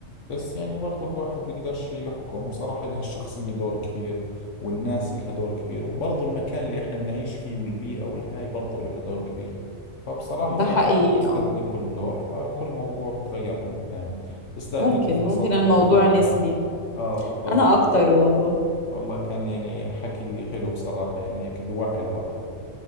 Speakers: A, on the left (about 65°); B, on the left (about 35°).
A: بس يعني برضو الواحد بيقدرش يحكم بصراحة لها الشخصية دور كبير والناس لها دور كبير وبرضو المكان اللي إحنا بنعيش فيه والبيئة والهاي برضو لها دور كبير فبصراحة
B: ده
A: يعني
B: حقيقي
A: بقدرش أستثني
B: اه
A: كل دور فكل موضوع بتغير عن الثاني بس لا
B: ممكن
A: جد انبسطت
B: ممكن الموضوع
A: في الحوار
B: نسبي
A: معك آه بالضبط
B: انا اكتر والله
A: والله كان يعني حكي حلو بصراحة يعني هيك بوعي الواحد